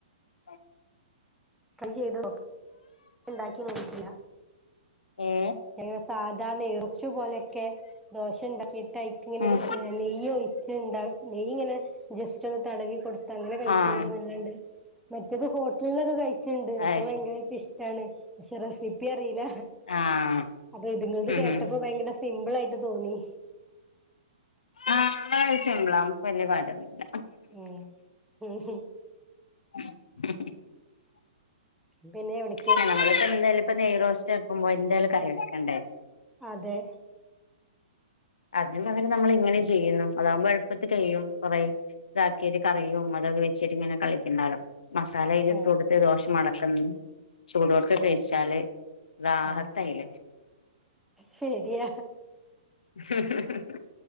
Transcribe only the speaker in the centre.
അത് ചെയ്ത് നോ ഇണ്ടാക്കി നോക് ട്ടില്ല
എങ്ങനെ സാധാ നെയ്റൊസ്റ്റ് പോലെക്കെ ദോഷണ്ടാക്കിട്ടയ്ക്ക് ഇങ്ങനെ
നെയ്യ് ഒഴിച്ച്ണ്ട നെയ്യ് ഇങ്ങനെ ജസ്റ്റ് ഒന്ന് തടവി കൊടു ത്തങ്ങനെ കഴിച്ചിണ്ട്നല്ലാണ്ട്
മറ്റേത് ഹോട്ടൽനൊക്കെ കഴിച്ചണ്ട്
അപ്പൊ ഭയങ്കരായിട്ട്ഷ്
ട്ടാണ് പക്ഷേ റെസിപ്പി അറില്ല
അപ്പൊ ഇതുങ്ങൾത്
കേട്ടപ്പോ
ഭയങ്കര സിമ്പിളായിട്ട് തോന്നി
ഉം ഉം
പിന്നെ എവിട്
അതെ
ആഹ്
അതെ
ആഹ് ശരിയാ